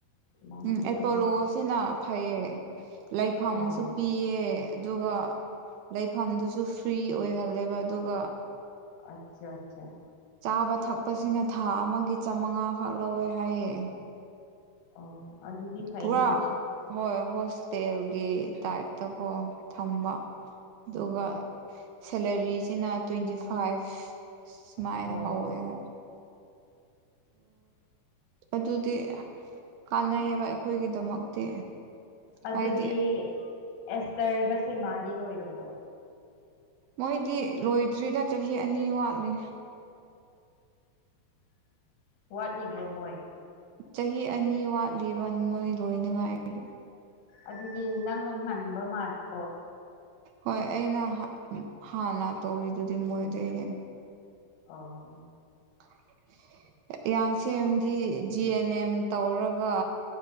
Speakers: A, on the left; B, on the right.
A: ꯏꯃꯥꯟꯅꯕꯤ
B: ꯎꯝ ꯑꯦꯄꯣꯂꯣꯁꯤꯅ
A: ꯑꯃ
B: ꯐꯩꯌꯦ ꯂꯩꯐꯝꯁꯨ
A: ꯑꯣ
B: ꯄꯤꯌꯦ ꯑꯗꯨꯒ ꯂꯩꯐꯝꯗꯨꯁꯨ ꯐ꯭ꯔꯤ ꯑꯣꯏꯍꯜꯂ ꯂꯩꯕꯗꯨꯒ
A: ꯑꯆꯥ ꯑꯠꯆꯥ
B: ꯆꯥꯕ ꯊꯛꯄꯁꯤꯅ ꯊꯥ ꯑꯃꯒꯤ ꯆꯃꯉꯥꯈꯛ ꯂꯧꯋꯦ ꯍꯥꯏꯌꯦ
A: ꯑꯣ ꯑꯗꯗꯤ ꯐꯥꯏꯅ
B: ꯄꯨꯔꯥ ꯍꯣꯏ ꯍꯣꯁꯇꯦꯜꯒꯤ ꯇꯥꯏꯞꯇ ꯀꯣ ꯊꯝꯕ ꯑꯗꯨꯒ ꯁꯦꯂꯔꯤꯁꯤꯅ ꯇ꯭ꯋꯦꯟꯇꯤ ꯐꯥꯏꯚ ꯁꯨꯃꯥꯏꯅ
A: ꯑꯣ
B: ꯍꯧꯋꯦ ꯍꯥꯏ ꯑ ꯑꯗꯨꯗꯤ ꯀꯥꯟꯅꯩꯑꯌꯦꯕ ꯑꯩꯈꯣꯏꯒꯤꯗꯃꯛꯇꯤ
A: ꯑꯗꯨꯗꯤ
B: ꯍꯥꯏꯗꯤ
A: ꯑꯦꯁꯇꯔꯒ ꯁꯦꯃꯥꯗꯤ ꯂꯣꯏꯔꯕꯣ
B: ꯃꯣꯏꯗꯤ ꯂꯣꯏꯗ꯭ꯔꯤꯗ ꯆꯍꯤ ꯑꯅꯤ ꯋꯥꯠꯂꯦ
A: ꯋꯥꯠꯅꯤꯕ ꯃꯣꯏ
B: ꯆꯍꯤ ꯑꯅꯤ ꯋꯥꯠꯂꯤꯕ ꯅꯣꯏ ꯂꯣꯏꯅꯉꯥꯏꯔꯦ
A: ꯑꯗꯨꯗꯤ ꯅꯪꯅ ꯉꯟꯕ ꯃꯥꯜꯂꯦꯀꯣ
B: ꯍꯣꯏ ꯑꯩꯅ ꯍꯥꯟꯅ ꯇꯧꯔꯤꯗꯨꯗꯤ ꯃꯣꯏꯗ ꯍꯦ
A: ꯑꯥ
B: <unintelligible> ꯌꯥꯡꯁ ꯑꯦꯝꯗꯤ ꯖꯤ ꯑꯦꯟ ꯐꯅꯦꯝ ꯇꯧꯔꯒ